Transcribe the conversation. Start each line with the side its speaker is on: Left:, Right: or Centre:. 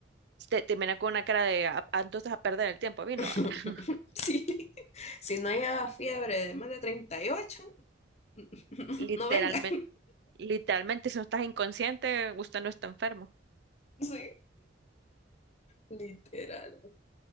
Right: te, te miran con una cara de, "Ah, ah, entonces a perder el tiempo, vino.
Left: <laughs>
Right: <laughs>
Left: Sí. Si no lleva fiebre de más de 38, <laughs>
Right: Literalmente,
Left: no venga.
Right: literalmente, si no estás inconsciente, usted no está enfermo.
Left: Sí, literal.